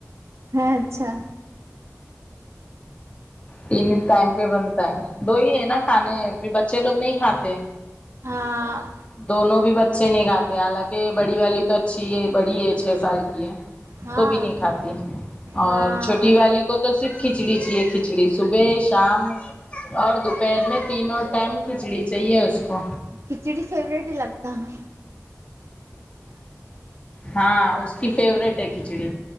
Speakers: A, on the right; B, on the left.
A: ہاں اچھا
B: تینی ٹائم پہ بنتا ہے دو ہی ہے نا کھانے پھر بچے لوگ نہیں کھاتے
A: ہاں
B: دونوں بھی بچے اچھے نہیں گاتے حالانکہ بڑی والی تو اچھی ہے بڑی ہے چھ سال کی ہے
A: ہاں
B: تو بھی نہیں کھاتی اور
A: ہاں
B: چھوٹی والی کو تو صرف کھچڑی چاہئے کھچڑی صبح شام اور دوپہر میں تینوں ٹائم کھچڑی چاہیے اس کو
A: کھچڑی فوورٹ ہی لگتا ان کی
B: ہاں اس کی فیوریٹ ہے کھچڑی